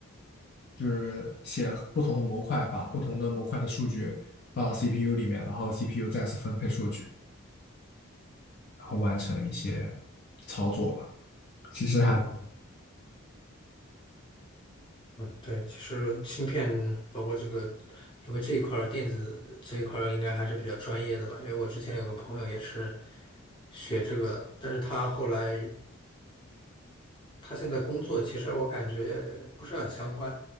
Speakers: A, on the left (about 50°); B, on the left (about 20°).
A: 就是写不同的模块，把不同的模块的数据放到 CPU 里面，然后 CPU 再次分配数据，然后完成一些操作吧。其实还。
B: 哦，嗯，对，其实芯片包括这个，因为这一块儿电子这一块儿应该还是比较专业的吧，因为我之前有个朋友也是学这个的，但是他后来他现在工作，其实我感觉也不是很相关，